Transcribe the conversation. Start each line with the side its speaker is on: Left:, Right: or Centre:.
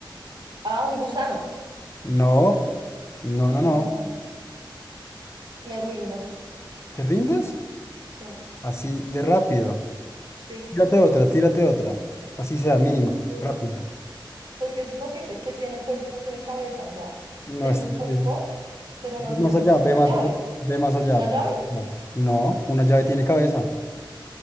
Right: Ah, un gusano.
Left: No. No, no, no.
Right: Oh, me rindo.
Left: ¿Te rindes?
Right: Sí,
Left: Así de rápido.
Right: sí.
Left: Tírate otra, tírate otra. Así sea, mínima,
Right: Tengo cuello.
Left: rápida.
Right: Pues que es imposible que tiene cuello y no tiene cabeza. O sea,
Left: No
Right: tengo
Left: está.
Right: cuerpo,
Left: difícil.
Right: pero
Left: Ve
Right: no tengo
Left: más allá, ve
Right: una
Left: más
Right: llave.
Left: allá, ve más allá,
Right: ¿Una
Left: ve
Right: llave?
Left: más allá. No, una llave tiene cabeza.